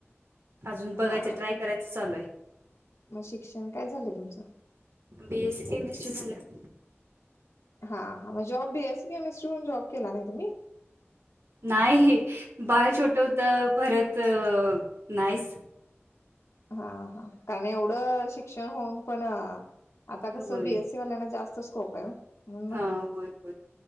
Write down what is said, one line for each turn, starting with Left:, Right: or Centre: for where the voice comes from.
Right: अजून बघायचं
Left: हा
Right: ट्राय
Left: हा
Right: करायचं चालू आहे.
Left: मग शिक्षण काय झालंय तुमचं?
Right: बी ए सी केमिस्ट्री झालं.
Left: हा हां, मग job B S C chemistry म्हणून जॉब केला ना तुम्ही?
Right: नाही. बाळ छोट होत. परत नाहीच.
Left: हा हा कारण एवढं शिक्षण होऊन पण आता
Right: होय.
Left: कस बी ए सी वाल्याना जास्त स्कोप आहे हो. म्हणून म्हंटलं
Right: हा. होय होय.